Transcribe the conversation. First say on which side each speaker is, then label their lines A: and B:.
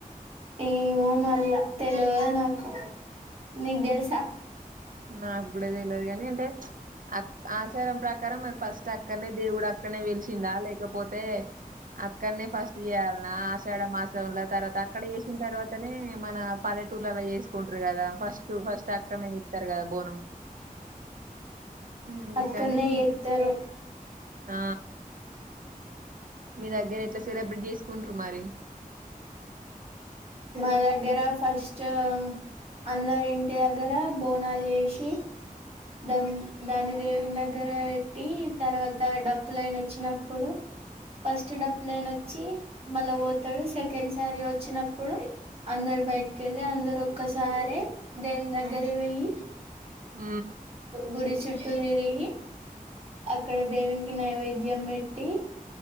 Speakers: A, on the right; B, on the right.
A: ఏమో మళ్ళా తెలవదు నాకు నీకు తెలుసా
B: నాకు కూడాడేది తెలేదు గాని అంటే అ ఆచారం ప్రకారం మరి ఫస్ట్ అక్కడనే దేవుడు అక్కడనే వెలిసిందా లేకపో పోతే అక్కడనే ఫస్ట్ చేయాల నా ఆశడ మా తర్వాత అక్కడ వేసిన తర్వాతనే మన పలెటూర్లలా వేసుకుంటారు కదా ఫస్ట్ ఫస్ట్ అక్కడనే ఇస్తారు కదా బోనం అందుకని
A: అక్కన ఎత్తారు
B: ఆ మీ దగ్గర ఎట్లా సెలబ్రేట్ చేసుకుంటారు మరి
A: మా దగ్గర ఫస్ట్ అందరి ఇంటి దగ్గర బోనాలు చేసి దాని దాన్ని దేవి దగ్గర పెట్టి తర్వాత డప్పు లైన్ వచ్చినప్పుడు ఫస్ట్ డప్పులన వచ్చి మళ్ళా పోతాడు సెకండ్ సారీ వచ్చినప్పుడు అందరు బైక్ వెళ్ళి అందరు ఒక్కసారి దేవుని దగ్గర వెయి
B: అ
A: గుడి చుట్టూ తిరిగి అక్కడ దేవునికి నైవేద్యం పెట్టి